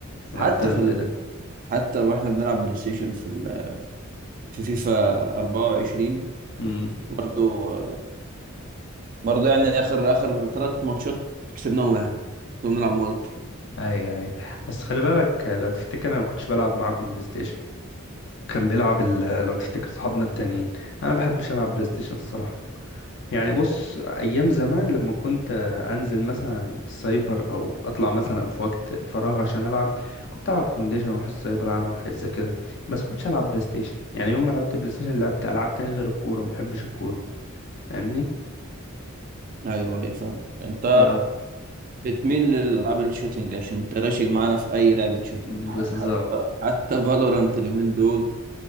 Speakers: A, on the right; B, on the left.
A: حتى
B: انا اعترف
A: في
B: بده
A: ال... حتى واحنا بنلعب بلاي ستيشن في ال... في فيفا 24
B: امم
A: برضو آه، برضو يعني اخر اخر ثلاث ماتشات كسبناهم احنا كنا بنلعب مالتي
B: اي اي بس خلي بالك آه، لو تفتكر انا ما كنتش بلعب معاكم بلاي ستيشن كان بيلعب ال- لو تفتكر صحابنا التانيين انا ما بحبش العب بلاي ستيشن الصراحة يعني بص ايام زمان لما كنت انزل مثلا السايبر او اطلع مثلا في وقت فراغ عشان العب كنت العب كونديشن واروح السايبر اعمل حاجات زي كده بس كنتش العب بلاي ستيشن يعني يوم ما لعبت بلاي ستيشن لعبت العاب تاني غير الكوره ما بحبش الكوره فاهمني
A: ايوه ايوه فاهم انت
B: ف
A: بتميل للألعاب الشوتينج عشان تراشق معانا في أي لعبة شوتينج
B: <laughs> بالظبط
A: ح- حتى حتى فالورانت اليومين دول